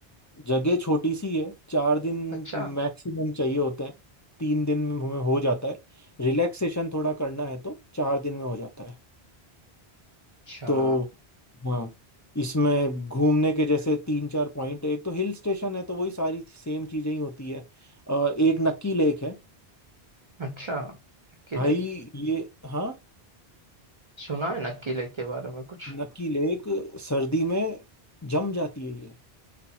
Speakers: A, on the left; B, on the right.
A: जगह छोटी सी है चार दिन
B: अच्छा
A: मैक्सिमम चाहिए होते हैं तीन दिन में हमें हो जाता है रिलैक्सेशन थोड़ा करना है तो चार दिन में हो जाता है
B: अच्छा
A: तो हाँ इसमें घूमने के जैसे तीन चार पॉइंट है एक तो हिल स्टेशन है तो वही सारी सेम चीजें ही होती है अ, एक नक्की लेक है
B: अच्छा नक्की
A: भाई
B: लेक
A: ये हाँ
B: सुना है नक्की लेक के बारे में कुछ
A: नक्की लेक सर्दी में जम जाती है ये